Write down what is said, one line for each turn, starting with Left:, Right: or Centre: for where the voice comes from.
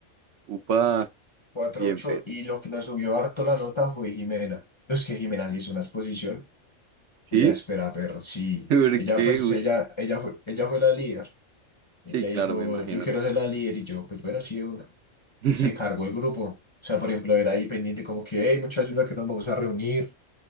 Right: Upa,
Left: cuatro
Right: bien,
Left: ocho
Right: Perry.
Left: Y lo que nos subió harto la nota fue Jimena. Es que Jimena se hizo una exposición.
Right: ¿Sí?
Left: Muy áspera, perro. Sí.
Right: <laughs> ¿Por
Left: Ella,
Right: qué?
Left: pues,
Right: Uy.
Left: ella, ella fue, ella fue la líder.
Right: Sí,
Left: Ella
Right: claro,
Left: dijo,
Right: me imagino.
Left: yo quiero ser la líder. Y yo, pues bueno, sí, de una.
Right: <laughs>
Left: Y se cargó el grupo. O sea, por ejemplo, era ahí pendiente como que, hey, muchachos, ¿no? que nos vamos a reunir